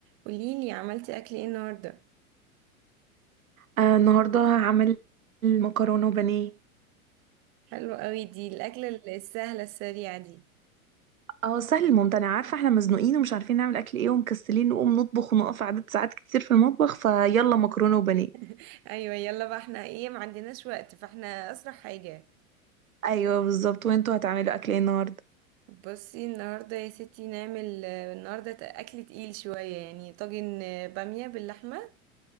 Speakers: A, on the right (about 30°); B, on the right (about 70°).
A: قوليلي عملتي اكل ايه النهارده
B: آه النهارده هعمل المكرونه وبانيه
A: حلو قوي دي الاكل السهله السريعه دي
B: اه سهل الممتنع عارفه احنا مزنوقين ومش عارفين نعمل اكل ايه ومكسلين نقوم نطبخ ونقف عدد ساعات كتير في المطبخ فيلا مكرونه وبانيه
A: <laughs> ايوه يلا بقى احنا ايه ما عندناش وقت فاحنا اسرع حاجه
B: ايوه بالظبط وانتوا هتعملوا اكل ايه النهارده
A: بصي النهارده يا ستي نعمل آه، النهارده ت- اكل تقيل شويه يعني طاجن آه، باميه باللحمه